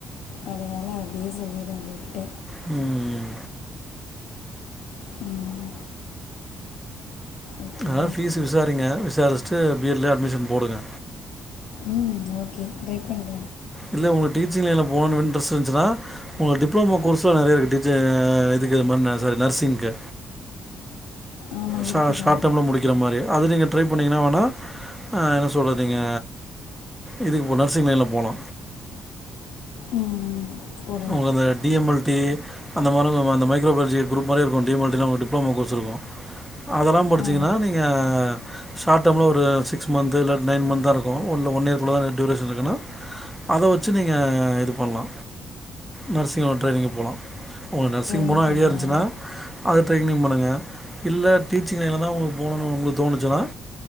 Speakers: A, on the left; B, in the centre.
A: அதனால பேச முடியல உங்கள் கிட்ட
B: ம்
A: ம் ஓகே
B: அத பீஸ்சு விசாரிங்க விசாரிச்சுட்டு பி எட்லே அட்மிஷன் போடுங்க
A: ம் ஓகே ட்ரைப் பண்ற
B: இல்ல உங்க டீச்சிங்ல போக இன்ட்ரஸ்ட் இருந்தா உங்களுக்கு டிப்ளோமா கோர்ஸ்லா நெறைய இருக்கு டிஜ இதுகு <unintelligible> நர்சிங்க்கு
A: ஆமாம்
B: ஷா
A: இருக்குதான்
B: ஷார்ட் டேமில முடிக்கிற மாரி அது நீங்கள ட்ரை பண்ணிங்கன்னா வேணா என்ன சொல்றது நீங்க இதுகு இப்போ நர்சிங் லைன்ல போளா
A: உம் உம் த
B: உங்கள டிஎம்எல் தி அந்த மாரி <unintelligible> அந்த மைக்ரோ பாலாஜி குரூப் மாரி இருக்கும் டிஎல் டிப்ளோமா கோர்ஸ் இருக்கும் அதுல்லா முடிச்சீங்கன்னா
A: ஆ
B: நீங்க ஷார்ட் டேம்ல ஒரு சிக்ஸ் மந்த் இல்ல நைன் மந்த்த தான் இருக்கும் ஒன் இயர்கக்குள்ளதான் டியூரேஷன் இருக்குன்னா அத வெச்சு நீங்க இது பண்ணலா நர்சிங் உள்ள ட்ரைனிங்க் போலா வுங்களுக்கு நர்சிங்
A: ட்ரைனிங்
B: போனா
A: பண்ணலாம்
B: ஐடியா இருந்துச்சுன்னா அது ட்ரையினிங் பண்ணுங்க இல்ல டிச்சிங் லைன்ல் தான் உங்களுக்கு போகணும்னு தோணுச்சுன்னா